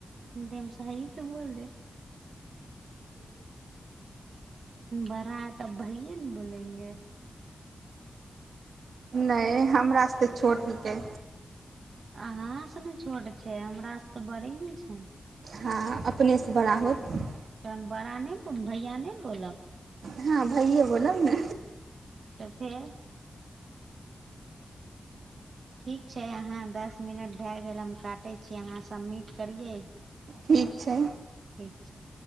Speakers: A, on the right; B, on the right.
A: हम सी त बोल देे बड़ाै तऽ भैयए ने बोलेंगे
B: नहि हमरासँ तऽ छोट हिकै
A: अहा से ने छोट छै हमर से तऽ बड़ि ने छै
B: हँ अपनेसँ बड़ा होत
A: तऽ हम बड़ा ने भैया ने बोलब
B: हँ भइे बोल ने
A: तऽ फेर ठीक छै अहाँ दस मिनट भए गेल हम काटै छी अहाँ सबमिट करियै
B: ठीक छै
A: ठीक छै